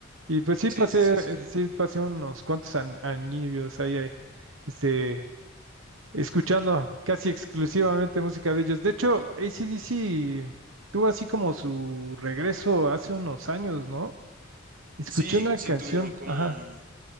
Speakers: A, on the right; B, on the right.
A: Y pues sí
B: Sí,
A: pasé,
B: sí, sí, sí, sí.
A: eh, sí pasé unos cuantos an- añillos ahí, eh, este, escuchando casi exclusivamente música de ellos. De hecho, AC/DC tuvo así como su regreso hace unos años, ¿no? Escuché
B: Sí,
A: una
B: sí
A: canción,
B: tuvieron como
A: ajá.
B: un,